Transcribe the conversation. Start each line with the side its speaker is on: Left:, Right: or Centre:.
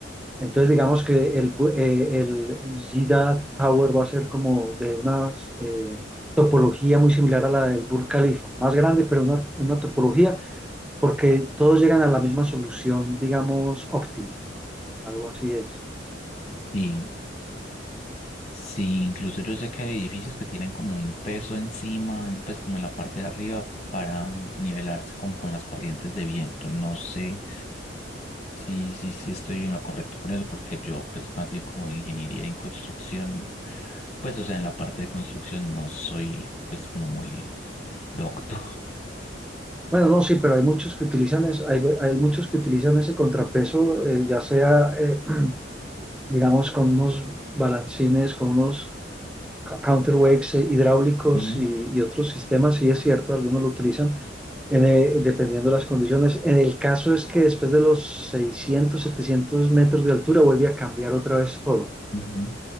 Centre: Entonces, digamos que el, bu- eh, el Jeddah Tower va a ser como de una eh, topología muy similar a la del Burj Khalifa, más grande, pero una, una topología, porque todos llegan a la misma solución, digamos, óptima. Algo así es.
Left: Sí. Sí, incluso yo sé que hay edificios que tienen como un peso encima, en- pues como en la parte de arriba para nivelarse como con las corrientes de viento. No sé. Sí, sí, sí, estoy en lo correcto con eso, porque yo, pues, más bien como de ingeniería en construcción, pues, o sea, en la parte de construcción no soy, pues, como muy docto.
Centre: Bueno, no, sí, pero hay muchos que utilizan es- hay, hay muchos que utilizan ese contrapeso, eh, ya sea, eh, <clears throat> digamos, con unos balancines, con unos ca- counterweights eh, hidráulicos
Left: <laughs> Ujú,
Centre: y, y otros sistemas, sí es cierto, algunos lo utilizan en, eh, dependiendo de las condiciones. En el caso es que después de los 600, 700 metros de altura vuelve a cambiar otra vez todo.
Left: ujú,